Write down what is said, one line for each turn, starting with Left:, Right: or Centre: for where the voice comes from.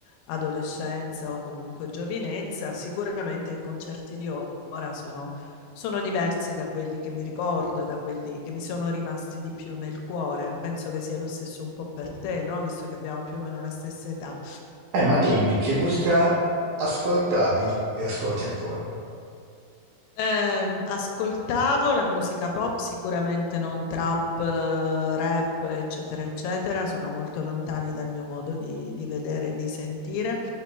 Left: adolescenza o comunque giovinezza, sicuramente i concerti di ora sono, sono diversi da quelli che mi ricordo, da quelli che mi sono rimasti di più nel cuore. Penso che sia lo stesso un po' per te, no? Visto che abbiamo più o meno la stessa età.
Right: eh, ma dimmi che musica ascoltavi e ascolti ancora?
Left: Ehm, ascoltavo la musica pop, sicuramente non trap, eh, rap, eccetera, eccetera, sono molto lontani dal mio modo di, di vedere e di sentire.